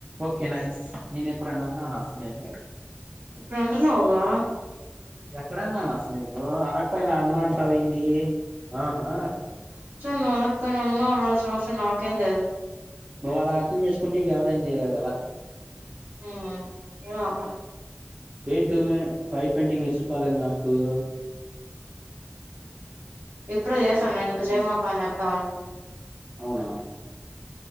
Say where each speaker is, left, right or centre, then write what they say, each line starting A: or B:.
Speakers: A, on the right (about 35°); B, on the right (about 75°).
A: ఓకే నైస్ నేను ఎప్పుడన్నాన అసల్ నేను
B: ఇప్పుడు అంటున్నావుగా
A: ఎక్కడన్నాను అసలూ నేను అనక్ పోయినా అన్న అంటవేంది ఆహా
B: నువ్ అనకపోయిన అన్నా అనాల్సిన అవసరం నాకేం లేదు
A: నువ్వు అలా అర్థం చేసుకుంటె ఇంక ఎవరేం ఇగేదెల
B: అ ఏ ఆప
A: ఏం టూ వె ఫైవ్ ట్వంటీకి మిస్డ్ కాలుంది నాకు కు
B: ఇప్పుడు చేసన్నకు జేయమాక అ అప్పుడా ఉ
A: అవున